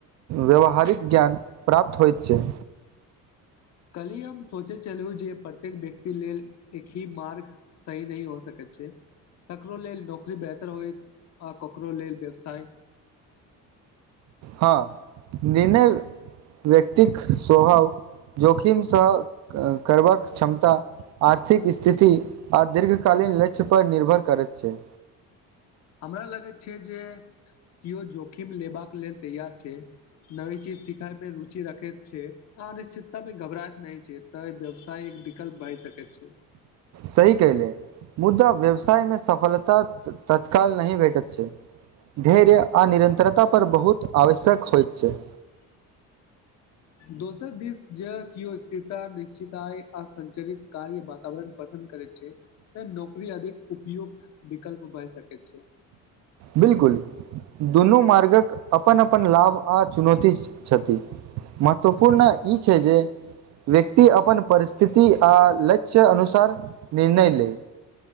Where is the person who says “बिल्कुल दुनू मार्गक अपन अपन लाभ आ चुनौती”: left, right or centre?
Right